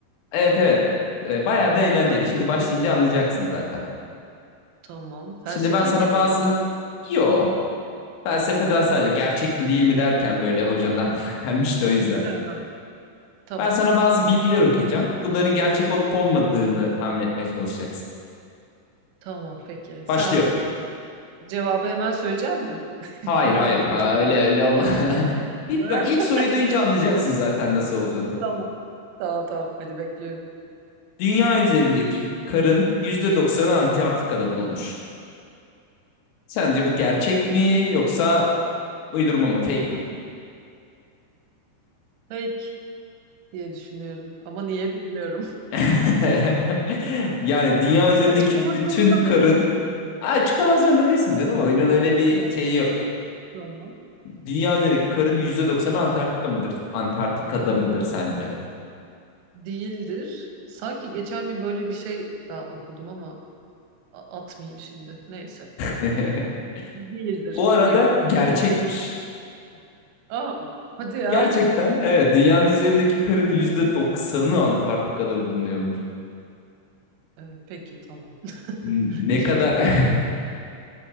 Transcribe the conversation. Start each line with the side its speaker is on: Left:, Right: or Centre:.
Left: Evet evet. E, bayağı
Right: Hı,
Left: da eğlenceli.
Right: Felsefi.
Left: Şimdi başlayınca anlayacaksın zaten.
Right: Tamam.
Left: Şimdi
Right: Felsefi
Left: ben sana
Right: bir oyun
Left: bazı
Right: mu?
Left: yo felsefeden
Right: Hı.
Left: sadece
Right: Hı,
Left: gerçek mi değil mi derken böyle hocanın aklına <laughs> gelmişti o yüzden.
Right: hı. Tamam.
Left: Ben sana bazı
Right: Tamam.
Left: bilgiler okuyacağım. Bunların gerçek olup olmadığını tahmin etmeye çalışacaksın.
Right: Tamam. Peki. Sen
Left: Başlıyorum.
Right: cevabı hemen söyleyecek misin? <laughs>
Left: Hayır
Right: Meraklı
Left: hayır. Ha,
Right: çok.
Left: öyle öyle olma. <laughs> Bir
Right: Ah,
Left: bak ilk soruyu duyunca anlayacaksın
Right: tamam.
Left: zaten nasıl olduğunu.
Right: Tamam. Tamam tamam. Hadi bekliyorum.
Left: Dünya üzerindeki karın yüzde doksanı Antarktika'da bulunur. Sence bu gerçek mi yoksa uydurma mı fake mi?
Right: Fake diye düşünüyorum. Ama niye bilmiyorum.
Left: <laughs> Yani dünya
Right: <laughs>
Left: üzerindeki
Right: Açıklamak
Left: bütün
Right: zorunda
Left: karın
Right: mıyım?
Left: Ha, açıklamak zorunda değilsin canım. Oyunun öyle bir
Right: Evet,
Left: şeyi yok.
Right: Tamam.
Left: Dünya üzerindeki karın
Right: Evet.
Left: yüzde doksanı Antarktika mıdır? Antarktika'da mıdır sence?
Right: Değildir. Sanki geçen gün böyle bir şey ben okudum ama a- atmayayım şimdi. Neyse.
Left: <laughs>
Right: Değildir
Left: Bu arada
Right: diyorum.
Left: gerçekmiş.
Right: Aa, hadi ya.
Left: Gerçekten evet dünyanın üzerindeki karın yüzde
Right: Aa.
Left: doksanı Antarktika'da bulunuyormuş.
Right: Evet, peki tamam. <laughs>
Left: N- Ne
Right: Sustum.
Left: kadar <laughs>